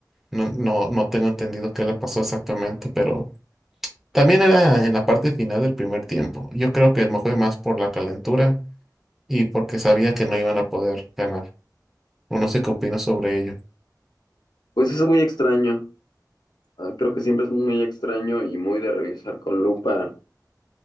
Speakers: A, in the centre; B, on the left.
A: No, no, no tengo entendido qué le pasó exactamente, pero también era en la parte final del primer tiempo. Yo creo que me fue más por la calentura y porque sabía que no iban a poder ganar. O no sé qué opino sobre ello.
B: Pues es muy extraño, ah, creo que siempre es muy extraño y muy de revisar con lupa